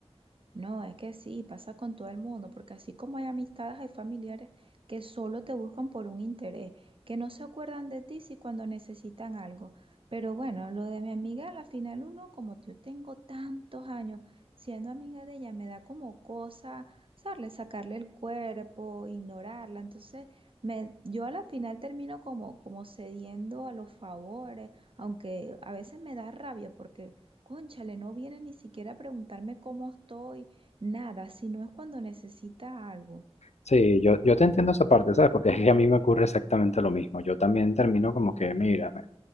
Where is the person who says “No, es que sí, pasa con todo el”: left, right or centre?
Right